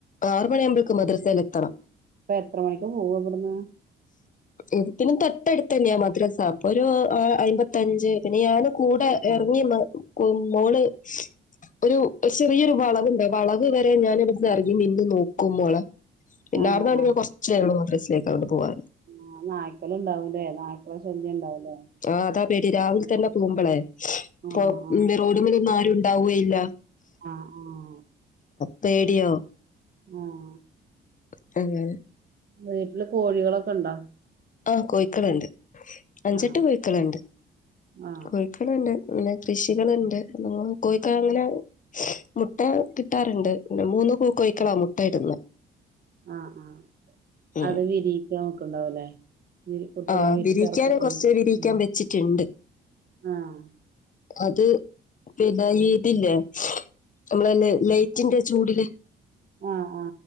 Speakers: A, on the left (about 40°); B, on the right (about 50°).
A: ആറ് മണിയാവുമ്പോഴക്ക് മദ്രാസ്സയിൽ എത്തണം
B: അപ്പൊ എത്ര മണിക്ക് പോവ ഇവിടന്ന്
A: ഇത്തി തൊട്ടടുത്ത് തന്നെയാ മദ്രാസ അപ്പൊ ഒരു അമ്പത്തി- ത്തഞ്ച് പിന്നെ ഞാന് കൂടെ
B: ആ
A: ഇറങ്ങി നിന്നൊടുക്കും മോള് ഒരു ചെറിയൊരു വളവണ്ട് വളവ് വരെ ഞാൻ ഇവിടുന്ന് അറങ്ങി നിന്ന് നോക്കു മോളെ പിന്നെ
B: ആ
A: അർന്നാണ്ട്
B: ആ
A: കുറച്ചേള മദ്രസ ലേക്ക് അങ്ങോട്ട പോകെ
B: ആ നായ്ക്കള ണ്ടാവൂലേ നായ്ക്കള ശല്യം ഉണ്ടാവൂലേ
A: ആ അതാ പേടി രാവിലെ തന്നെ പോകുമ്പോളെ <unintelligible>
B: ആ ആ
A: റോഡമലോന്നും ആരും ഉണ്ടാവുകയില്ല
B: ആ ആ
A: പേടിയാവും
B: ആഹ്
A: <unintelligible>
B: വീട്ടില് കോഴികളൊക്കെ ഉണ്ടോ
A: ആഹ് കോഴക്കളുണ്ട് അഞ്ചെട്ട്
B: ആ
A: കോഴക്കളുണ്ട്
B: ആ
A: കോ <unintelligible> അങ്ങനെ കൃഷികളുണ്ട് കോഴിക്കോ അങ്ങനെ മുട്ട കിട്ടാറുണ്ട് പിന്നെ മൂന്ന് പൂ കോഴക്കളാ മുട്ട ഇടുന്ന
B: ആഹ് ആഹ്
A: ഉം
B: അത് വിരിയിക്കാൻ വെക്കുണ്ടാവല്ലേ ഇനി കുട്ടികളെ
A: ആഹ്
B: വിരിച്ചറക്കൂം
A: വിരിയിക്കാന് കുറച്ച് വിരിയിക്കാൻ
B: ം
A: വെച്ചിട്ടുണ്ട്
B: ആഹ്.
A: അത്- പിന്നെ ഈ ഇതില്ലേ നമ്മളെ ലൈറ്റിന്റെ ചൂടില്
B: ആ ആ